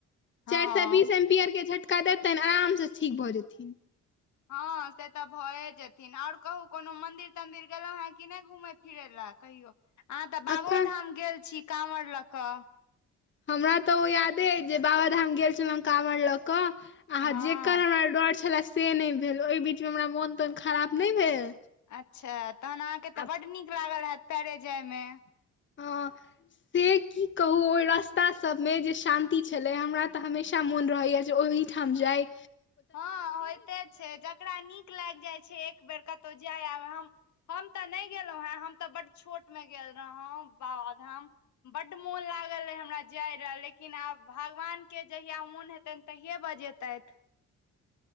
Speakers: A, on the left; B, on the left.
A: हँ
B: चाईर सैऽ बीस एम्पियर के झटका देतैन आराम से ठीक भऽ जेथिन।
A: हँ से तऽ भए जेथिन। और कहु कोनो मंदिर तंदिर गेलहुं हें कि नहि घुमे फिरै लए कहियो? अहाँ तऽ बाबो
B: अखन
A: धाम गेल छी कांवर लऽ कऽ।
B: हमरा तऽ ओ यादे अइ जे बाबाधाम गेल छलहुँ काँवर लऽ कऽ। अहां,
A: हँ
B: जेकर हमरा डर छलए से नहि भेल ओहि बीचमे हमरा मोन तोन खराब नहि भेल।
A: अच्छा तहन अहाँके तऽ
B: आ
A: बड्ड नीक लागल हैत पैरे जाइमे? खाली
B: हँ से की कहू? ओई रस्ता सबमे जे शांती छलै, हमरा तऽ हमेशा मून रहैया जे ओहि ठम जाई।
A: हॉं होइते छै, जकरा नीक लागि जाइ छै एक बेर कतहु जाय आब हम हम तऽ नहि गेलहुं हें, हम तऽ बड छोट मे गेल रहौ बाबाधाम। बड्ड मून लागल रहाऽ हमरा जाय रहए, लेकिन आब भगवान के जहिया मून हेतनि तहिये बजेतैथि।